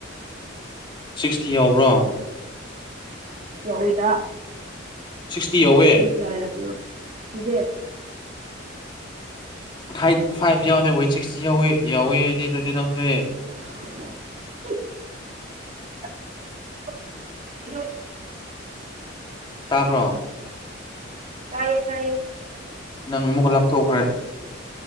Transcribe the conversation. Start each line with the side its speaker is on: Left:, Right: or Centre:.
Left: ꯁꯤꯛꯁꯇꯤ ꯌꯧꯕ꯭ꯔꯣ
Right: ꯌꯧꯏꯗꯥ
Left: ꯁꯤꯛꯁꯇꯤ ꯌꯧꯋꯦ
Right: ꯌꯥꯏ ꯑꯗꯨꯅꯣ ꯁꯤꯗꯦ
Left: ꯍꯥꯏꯠ ꯐꯥꯏꯚ ꯌꯥꯎꯗꯦ ꯋꯦꯠ ꯁꯤꯛꯁꯇꯤ ꯌꯧꯋꯤ ꯌꯧꯋꯤ ꯍꯥꯏꯗꯤ ꯑꯗꯨꯗꯤ ꯅꯪꯁꯦ
Right: <inaudible> <inaudible>
Left: ꯇꯥꯕ꯭ꯔꯣ
Right: ꯇꯥꯏꯌꯦ ꯇꯥꯏꯌꯦ
Left: ꯅꯪ ꯑꯃꯨꯛꯀ ꯂꯥꯞꯊꯣꯛꯈ꯭ꯔꯦ